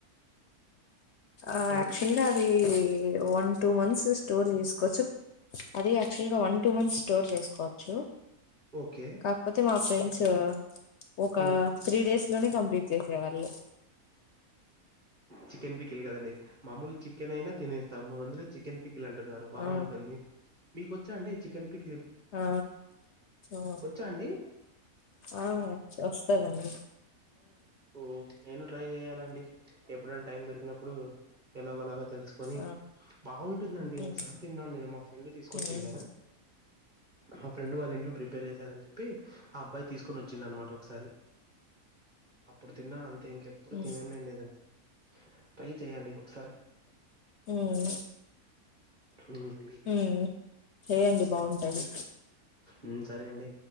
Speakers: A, on the left; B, on the right.
A: ఆ
B: హలో
A: యాక్చువల్గా అది వన్ టూ మంత్స్ స్టోర్ చేస్కోచ్చు అది యాక్చువల్ గా వన్ టూ మంత్స్ స్టోర్ చేస్కోవచ్చు
B: ఓకే
A: కాకపోతే మా ఫ్రెండ్స్ ఒక
B: హ్మ్
A: త్రీ డేస్ లోనే కంప్లీట్ చేసేవాళ్ళు
B: చికెన్ పీకిలు కదండి మామూలు చె కన్నా తినస్తాము అంద చికన్ పి అంటున్నారు బాగుంటుంది
A: ఆ
B: మీకు కొచ్చా అండీ చికెన్ పక్
A: ఆ ఆ
B: వచ్చా అండి
A: ఆ వాస్ సరండి
B: ఓ నేను ట్రై చెయాలండి ఎప్పుడైనా టైం దొరికినప్పుడు ఎలాగోలాగా తెలుసుకొని
A: ఆ
B: బాగుంటుందండి
A: ఉమ్
B: ఒకసారి తిన్నాను నేను మా ఫ్రెండ్ తీసుకొచ్చిండ
A: ఉమ్
B: హ ఫ్రెండ్ వాళ్ళ ఇంట్లో ప్రిపే చేశారని చెప్పి అబ్బాయి తీసుకొని వచ్చిండ అనమాట ఒకసారి అప్పుడు తిన్నానుంత అ ఇంకెప్పుడు
A: ఉమ్
B: తినలే లేదండి ట్రై చేయాలి ఒకసారి
A: ఉమ్
B: అండీ
A: ఉమ్ ఉమ్ చేయండి బాగుంటది
B: మ్మ్ సరే అండి